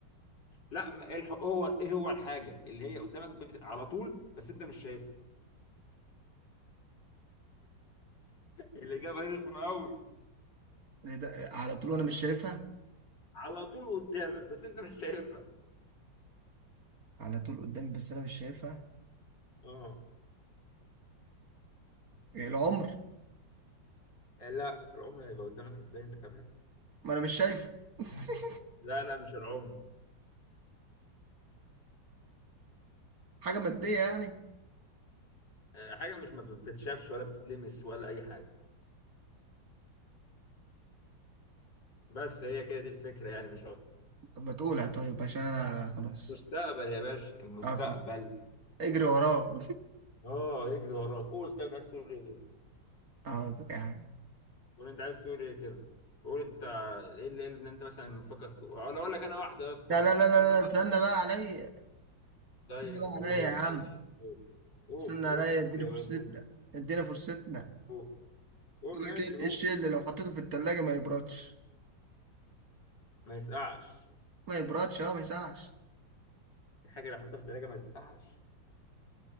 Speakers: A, on the left; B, on the right.
A: لا ما- إيه الح... هو ايه هو الحاجه اللي هي قدامك بس... على طول بس انت مش شايفها الاجابه رخمه قوي
B: إيه ده؟ على طول انا مش شايفها
A: على طول قدامك بس انت مش شايفها
B: على طول قدامي بس انا مش شايفها
A: اه
B: إيه العمر
A: لا العمر هيبقى قدامك ازاي انت كمان
B: ما انا مش شايفه <laughs>
A: لا لا مش العمر
B: حاجه ماديه يعني
A: آه، حاجه مش ما بتتشافش ولا بتتلمس ولا اي حاجه بس هي كده دي الفكره يعني مش اكتر
B: طب ما تقولها طيب عشان أنا خلاص
A: مستقبل يا باشا المستقبل
B: اصلا اجري وراه
A: اه يجري وراك قول طيب عايز تقول ايه
B: <laughs> حاضر يا عم
A: قول انت عايز تقول ايه كده قول انت ايه اللي إيه اللي انت مثلا مفكر تقول أو لو اقول لك انا واحده يا اسطى
B: لا لا لا لا لا،
A: تسمع
B: استنى بقى عليا
A: طيب
B: استنى بقى
A: قول
B: عليا يا عم
A: ماشي قول قول
B: استنى
A: قول
B: عليا اديني
A: يا
B: فرصتنا
A: باشا قول
B: اديني فرصتنا
A: قول قول
B: يقول
A: ماشي
B: لك ايه
A: قول
B: إيه الشيء اللي لو حطيته في التلاجة ما يبردش
A: ما يسقعش
B: ما يبردش اه ما يسقعش
A: الحاجة اللي حطها في التلاجة ما تسقعش